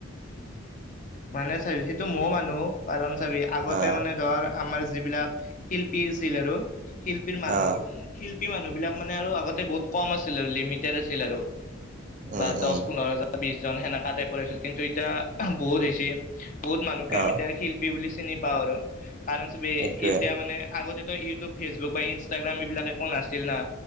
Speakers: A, on the left; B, on the right.
A: মানে চাবি সেইটো মও মানুহ কাৰণ চাবি আগতে
B: আহ
A: মানে ধৰ আমাৰ যিবিলাক শিল্পী আছিল আৰুো শিল্পীৰ মানুহ
B: আহ
A: শিল্পী শিল্পী মানুহ বিলাক মানে আৰু আগতে বহুত কম আছিলে, লিমিটেড আছিল আৰু
B: উম
A: বা দচ
B: উম
A: পোন্ধৰ জন। বিছজন সেনেকা টাইপৰ আছিল। কিন্তু এতিয়া বহুত হৈছে বহুত মানুহকে
B: আহ
A: আমি এতিয়া শিল্পী বুলি চিনি পাওঁ আৰু কাৰণ চবে
B: সেইটোৱে
A: এতিয়া মানে আগতে। ইউটিউব ফেচবুক বা ইনষ্টাগ্ৰাম এইবিলাক একো নাছিল না